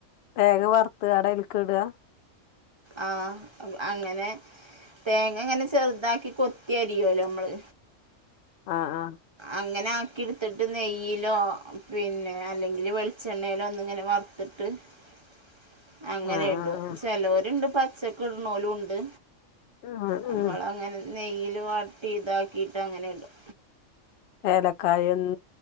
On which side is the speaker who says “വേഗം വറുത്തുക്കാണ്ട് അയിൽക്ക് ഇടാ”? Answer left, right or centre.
Left